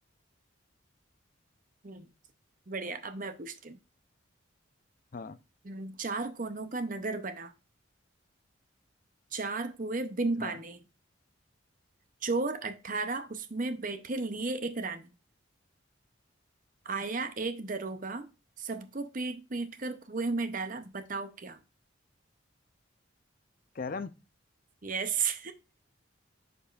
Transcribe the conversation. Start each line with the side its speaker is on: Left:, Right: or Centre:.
Right: हम्म, बढ़िया अब मैं पूछती हूँ
Left: हाँ
Right: हम्म, चार कोनों का नगर बना चार कुएं बिन
Left: हाँ
Right: पानी चोर अठारह उसमें बैठे लिए एक रानी आया एक दरोगा सबको पीट पीट कर कुएं में डाला बताओ क्या
Left: कैरम
Right: यस <laughs>